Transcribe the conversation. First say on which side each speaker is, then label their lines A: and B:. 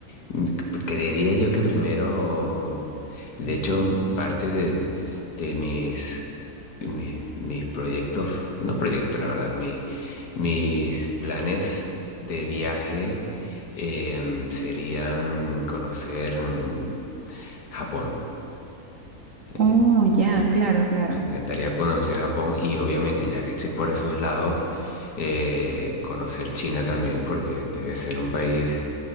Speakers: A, on the left; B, on the right.
A: mm, Creería yo que primero, de hecho, parte de, de mis... Mis, mis proyectos, no proyectos, la verdad, mi- mis planes de viaje em, serían conocer mm, Japón. Eh,
B: Oh, ya,
A: me encanta-
B: claro, claro.
A: me encantaría conocer Japón y obviamente ya que estoy por esos lados, eh, conocer China también porque debe ser un país,